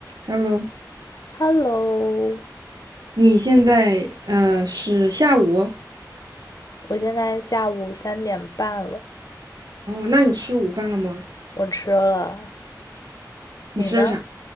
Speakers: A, on the right; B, on the left.
A: Hello，
B: Hello，
A: 你现在呃是下午哦？
B: 我现在下午三点半了，
A: 那你吃午饭了吗？
B: 我吃了。
A: 你吃的啥？
B: 你呢？